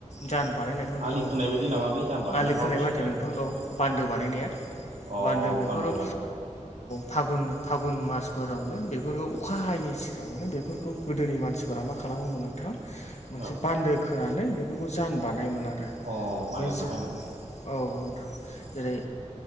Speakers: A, on the left; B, on the right.
A: जान बानायनायखौ नोंथां
B: आलि
A: औ
B: खोनाय बायदि नामा बे जान बानायना
A: आलि
B: मा
A: खोनाय
B: बुस्थुथाय
A: बायदिया नोंथां औ बान्दो बानायनाया।
B: औ
A: बान्दो बेफोर औ।
B: बान्दो
A: फागुन फागुन मासफोरावनो बेफोरखौ अखा हायैनि सिगांनो बेफोरखौ गोदोनि मानसिफोरा मा खालामो। खालामोमोन नोंथां मोनसे
B: औ
A: बान्दो खोनानै बेफोरखौ जान बानायोमोन आरो।
B: अ बानायना
A: बे जो
B: लाखायोमोन।
A: औ नोंथां जेरै